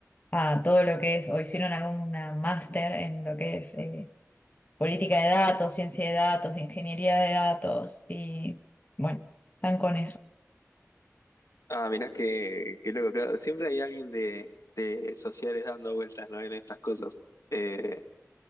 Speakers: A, on the left; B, on the left.
A: a todo lo que es, o hicieron alguna máster en lo que es eh, política de datos, ciencia de datos, ingeniería de datos, y bueno, están con
B: Ah, mirá que, que loco, claro, Siempre hay alguien de, de sociales dando vueltas, ¿no? En estas cosas. Eh,